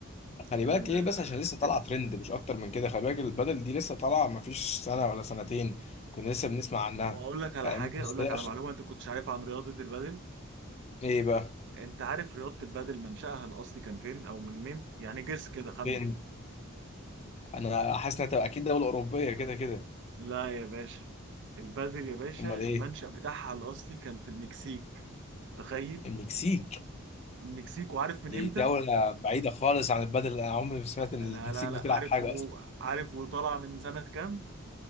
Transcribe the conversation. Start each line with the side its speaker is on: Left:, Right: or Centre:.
Left: خلي
Right: ال-
Left: بالك ايه بس عشان لسه
Right: التنس
Left: طالعة ترند مش اكتر من كده خلي بالك البدل دي لسه طالعة مفيش سنة ولا سنتين كنا لسه بنسمع عنها
Right: طب اقول لك على
Left: فاهم
Right: حاجه
Left: بس
Right: اقول لك
Left: هي
Right: على
Left: عشان
Right: معلومه انت كنتش عارفها عن رياضه البادل
Left: ايه بقى
Right: انت عارف رياضه البادل منشأها الاصلي كان فين او من مين يعني جس كده خمن
Left: فين انا حاسس انها تبقى اكيد دوله اوروبيه كده كده
Right: لا يا باشا البادل يا باشا
Left: امال ايه
Right: المنشأ بتاعها الاصلي كان في المكسيك تخيل
Left: المكسيك
Right: المكسيك وعارف من
Left: دي
Right: امتى
Left: دوله بعيده خالص عن البدل انا عمري ما سمعت ان
Right: لا
Left: المكسيك
Right: لا لا
Left: بتلعب
Right: عارف
Left: حاجه
Right: و...
Left: اصلا
Right: عارف وطالع من سنه كام